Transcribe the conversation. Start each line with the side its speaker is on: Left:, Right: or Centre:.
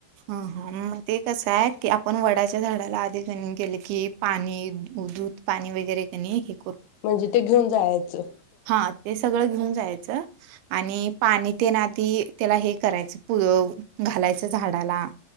Right: ह हा मग ते कसं आहे की आपण वडाच्या झाडाला आधी घणी केलं की पाणी दूध पाणी वगैरे कणी की
Left: म्हणजे ते घेऊन जायाचं
Right: हां ते सग घेऊन जायचं आणि पाणी तेन आती त्याला हे करायचं पुळ घालायचं झाडाला